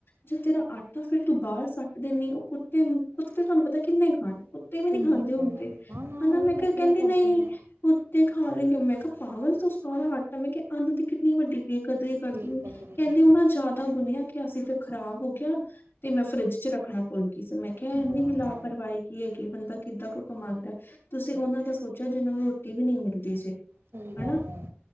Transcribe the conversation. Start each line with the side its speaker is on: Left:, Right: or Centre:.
Left: ਜੋ ਤੇਰਾ ਆਟਾ ਫੇਰ ਤੂੰ ਬਾਹਰ ਸੱਟ ਦਿਨੀਂ, ਉਹ ਕੁੱਤੇ ਕੁੱਤੇ ਤੁਹਾਨੂੰ ਪਤਾ ਕਿੰਨੇ ਕ ਖਾਣ। ਕੁੱਤੇ ਵੀ ਨਹੀਂ
Right: ਕਿੰਨੇ
Left: ਖਾਂਦੇ ਹੁੰਦੇ
Right: ਖਾਣਾ ਨਾ ਨਾ
Left: ਹਨਾ
Right: ਉਹ
Left: ਮੈਂ
Right: ਵੀ
Left: ਕਿਹਾ
Right: ਨਖਰੇ
Left: ਕਹਿੰਦੀ
Right: ਕਰਦੇ
Left: ਨਹੀਂ
Right: ਨੇ
Left: ਕੁੱਤੇ ਖਾ ਲੈਣਗੇ ਮੈਂ ਕਿਹਾ ਪਾਗਲ ਤੂੰ ਸਾਰਾ ਆਟਾ ਮੈਂ ਕਿਹਾ ਅੰਨ ਦੀ ਕਿੰਨੀ ਵੱਡੀ ਬੇਕਦਰੀ ਹੀ ਕਰਦੀ,
Right: ਬੇਕਦਰੀ
Left: ਕਹਿੰਦੀ
Right: ਹੈ
Left: ਉਹ ਨਾ ਜ਼ਿਆਦਾ ਗੁੰਨਿਆ ਗਿਆ ਸੀ ਫਿਰ ਖਰਾਬ ਹੋ ਗਿਆ ਤੇ ਮੈਂ ਫਰਿੱਜ ਵਿੱਚ ਰੱਖਣਾ ਭੁੱਲਗੀ ਸਾਂ, ਮੈਂ ਕਿਹਾ ਇੰਨੀ
Right: ਹਾਂ
Left: ਵੀ ਲਾਪਰਵਾਹੀ ਕੀ ਹੈਗੀ ਬੰਦਾ ਕਿੱਦਾਂ ਕੋਈ ਕਮਾਉਂਦਾ ਤੁਸੀਂ ਉਹਨਾਂ ਦਾ ਸੋਚਿਆ ਜਿਹਨਾਂ ਨੂੰ ਰੋਟੀ ਵੀ ਨਹੀਂ ਮਿਲਦੀ ਸੀ।
Right: ਸਹੀ ਗੱਲ
Left: ਹਨਾ
Right: ਐ।